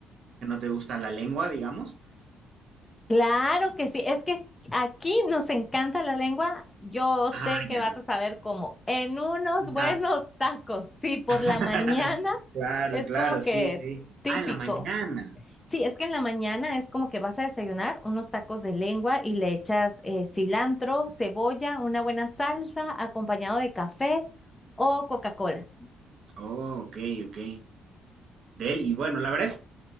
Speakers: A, on the right; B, on the left.
A: que no te gusta la lengua, digamos.
B: Claro que sí, es que aquí nos encanta la lengua. Yo sé
A: Ah,
B: que
A: ya.
B: vas a saber cómo. En unos
A: Un
B: buenos
A: taco.
B: tacos, sí, por
A: <laughs>
B: la mañana
A: Claro,
B: es
A: claro,
B: como que
A: sí, sí.
B: típico.
A: Ah, en la mañana.
B: Sí, es que en la mañana es como que vas a desayunar unos tacos de lengua y le echas eh, cilantro, cebolla, una buena salsa, acompañado de café o Coca-Cola.
A: Oh, ok, ok. Del, y bueno, la verdad es que